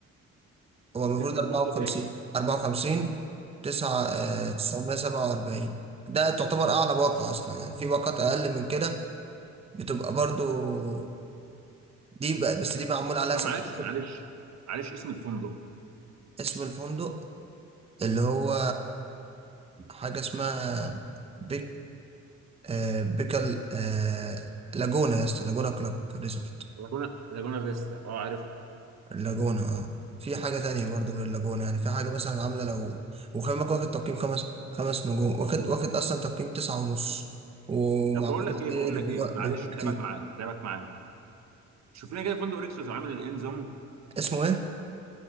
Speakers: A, on the right; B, on the right.
A: هو المفروض
B: اسم الفندق
A: 54
B: ايه
A: 54 9 آه، 947 ده تعتبر اعلى باقة اصلا يعني في باقات اقل من كده بتبقى برضو دي بقى بس دي معمول عليها
B: طب
A: 17
B: معلش معلش معلش اسم الفندق
A: اسم الفندق اللي هو حاجة اسمها بيك آه، بيكال آه، لاجونا يا اسطى لاجونا كلوب ريزورت
B: لاجونا لاجونا فيستا اه عرفت
A: اللاجونة اه في حاجة تانية برضو لللاجونة يعني في حاجة مثلا عاملة لو وخلي بالك واخد تقييم خمس خمس نجوم واخد واخد أصلا تقييم تسعة ونص ومعمول
B: طب بقول لك ايه
A: عليه
B: بقول
A: ريفيو
B: لك ايه معلش
A: ريفيو كتير
B: هتعبك معانا هتعبك معانا شوف لنا كده فندق ريكسوس عامل ايه نظامه
A: اسمه ايه؟